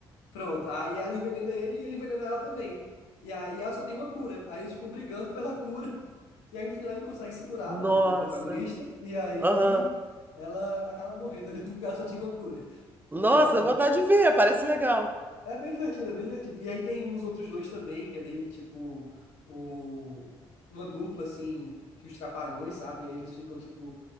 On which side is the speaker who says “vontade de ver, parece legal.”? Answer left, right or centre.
Right